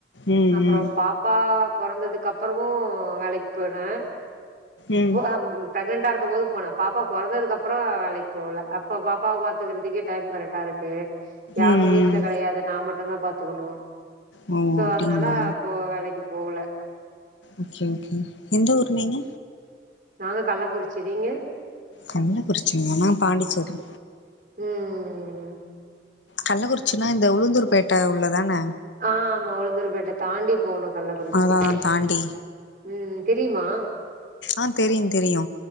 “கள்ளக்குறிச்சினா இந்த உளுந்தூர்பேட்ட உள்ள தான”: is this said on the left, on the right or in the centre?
Left